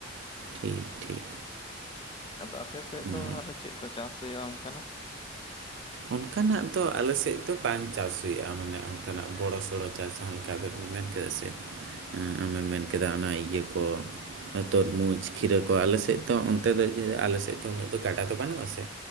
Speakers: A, on the right; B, on the left.
A: ᱴᱷᱤᱠ ᱴᱷᱤᱠ᱾
B: ᱟᱫᱚ ᱟᱯᱮ ᱥᱮᱜ
A: ᱦᱮᱸ
B: ᱫᱚ ᱟᱨᱚ ᱪᱮᱜ ᱠᱚ ᱪᱟᱥ ᱦᱩᱭᱩᱜ-ᱟ ᱚᱱᱠᱟ ᱱᱟᱜ?
A: ᱚᱱᱠᱟ ᱱᱟᱜ ᱫᱚ ᱟᱞᱮ ᱥᱮᱜ ᱫᱚ ᱵᱟᱝ ᱪᱟᱥ ᱦᱩᱭᱩᱜ-ᱟ ᱢᱟᱱᱮ ᱚᱱᱠᱟ ᱱᱟᱜ ᱵᱚᱲᱚ ᱥᱚᱲᱚ ᱪᱟᱥ ᱡᱟᱦᱟᱸ ᱞᱮᱠᱟ ᱟᱵᱮᱱ ᱵᱮᱱ ᱢᱮᱱ ᱠᱮᱫᱟ ᱥᱮ ᱩᱢ‌ ᱟᱢᱮᱢ ᱢᱮᱱ ᱠᱮᱫᱟ ᱚᱱᱟ ᱤᱭᱟᱹ ᱠᱚ᱾ ᱦᱮ ᱛᱚᱨᱢᱩᱡᱽ ᱠᱷᱤᱨᱟᱹ ᱠᱚ ᱟᱞᱮ ᱥᱮᱜ ᱫᱚ ᱚᱱᱛᱮ ᱫᱚ ᱡᱮ ᱟᱞᱮ ᱥᱮᱜ ᱫᱚ ᱩᱱᱟᱹᱜ ᱫᱚ ᱜᱟᱰᱟ ᱫᱚ ᱵᱟᱱᱩᱜ-ᱟ ᱥᱮ᱾